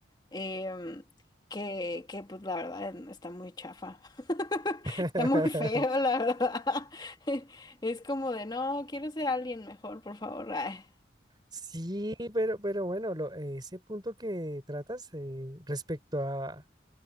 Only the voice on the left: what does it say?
em, que, que, pues la verdad está muy chafa, <laughs>
está muy feo, la verdad. <laughs> Es como de, no, quiero ser alguien mejor, por favor. Ay.